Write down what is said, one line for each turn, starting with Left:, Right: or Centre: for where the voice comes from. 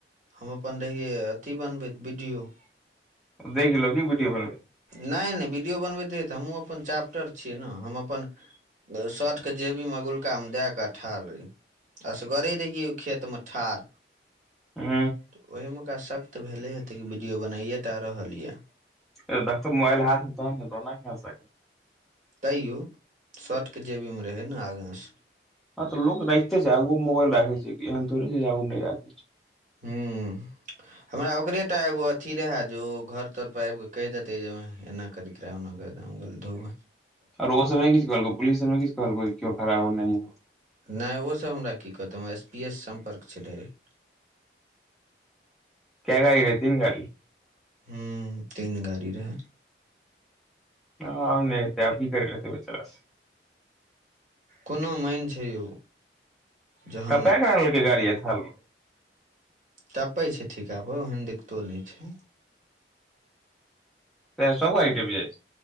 Right: हम अपन रहियै अथी बनबैत बीडियो
Centre: देख लेलक की वीडियो बनबैत
Right: नहि नहि वीडियो बनबैत रहियै तऽ हमहूँ अपन चाप्टर छियै ने हम अपन शर्टके जेबीमे अगुलकामे दए कऽ आ ठाड़ रहियै असगरे रहियै ओहि खेतमे ठाड़
Centre: ह
Right: तऽ ओहिमेका सक तऽ भेले हेतै कि वीडियो बनाइए टा रहल यए
Centre: ऐह देखतै मोबइल हाथमे तहन ने तऽ ओना केना सक
Right: तैयो शर्टके जेबीमे रहै ने आगाँस
Centre: हँ तऽ लोक राखिते छै आगू मोबाइल राखै छै ऐहन थोरे छै जे आगू मे नहि राखै छै
Right: हूँ हमरा ओकरे टा एगो अथी रहए जे ओ घर तरपर आबि कऽ कहि देतै जेमैह एना करैत रहे ऑना करैत रहै हम कहलियै धउ बंहि
Centre: आओर ओ सब नै किछ कहलकोउ पुलीस सब नै किछ कहलकौ क्यों खरा हो नहीं हो
Right: नहि ओसभ हमरा की कहतै हमरा एस पी ए सँ सम्पर्क छै डाइरेक्ट
Centre: कै गाड़ी रहै तीन गाड़ी
Right: हूँ तीन गाड़ी रहै
Centre: हँ आम नहि हेतय आब की करि लेतै बेचारा सब
Right: कोनो मैनि छै यौ जहन
Centre: कतऽ मेहैलैलकै गाड़ी अइ थाल मे
Right: टपै छै ठीका पर ओहन दिक्कतो नहि छै
Centre: तें से सब आइ डूब जाइ छै